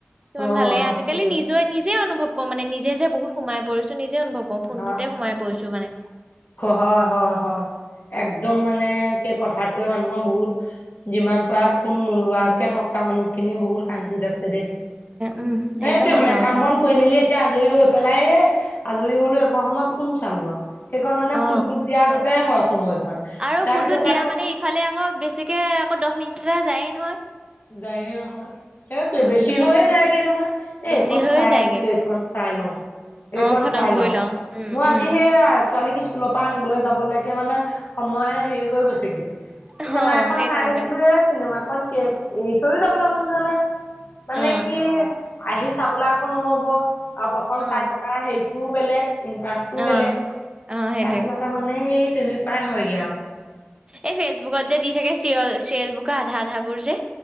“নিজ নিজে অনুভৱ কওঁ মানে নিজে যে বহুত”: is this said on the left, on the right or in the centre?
Right